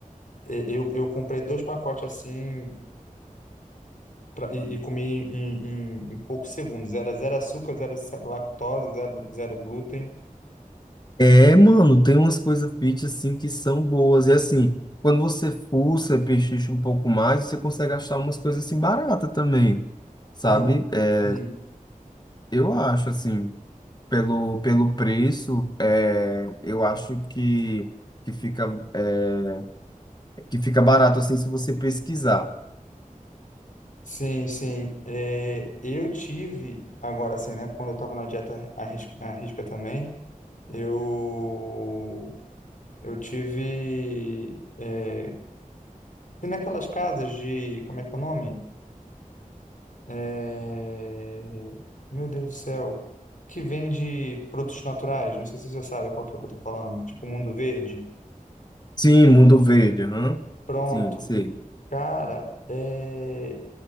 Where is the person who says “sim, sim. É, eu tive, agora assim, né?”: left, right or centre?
Left